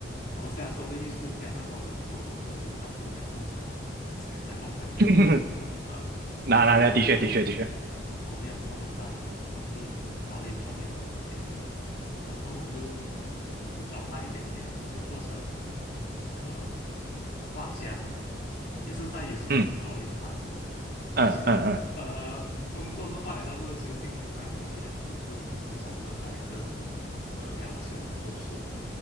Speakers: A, on the left; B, on the right.
A: 我们虽然说是艺术家，但是我们做的工作基本上是像工厂，<laughs> 在工厂里面工作而已啊。
B: <laughs> 那那那的确的确的确，
A: 我们也没有什么，我没有什么很大的创意，发挥创意的空间。然后过后我就也转换一点点，就做成呃画家，也是在游戏公司做一个画家啦。
B: 嗯嗯嗯
A: 那其实呃工作是画家，但是其实性质上也是一样的，也是服从着 director 的呃要求来做事。